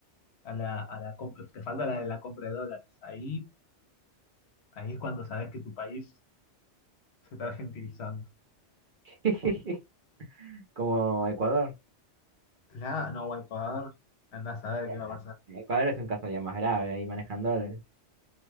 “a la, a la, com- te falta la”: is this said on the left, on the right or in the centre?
Left